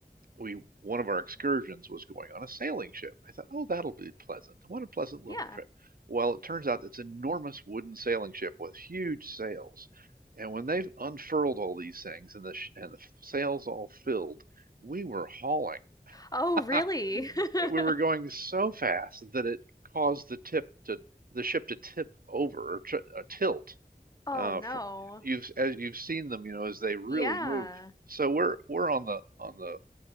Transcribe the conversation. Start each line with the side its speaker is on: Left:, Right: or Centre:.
Right: we one of our excursions was going on a sailing ship. I thought, oh, that'll be pleasant. What a pleasant little
Left: Yeah.
Right: trip. Well, it turns out it's an enormous wooden sailing ship with huge sails, and when they've unfurled all these things and the sh and the sails all filled, we were hauling.
Left: Oh,
Right: <laughs>
Left: really? <laughs>
Right: We were going so fast that it caused the tip to the ship to tip over or tr uh, tilt
Left: Oh,
Right: uh,
Left: no.
Right: from you've as you've seen them, you know, as they really
Left: Yeah.
Right: move. So we're we're on the on the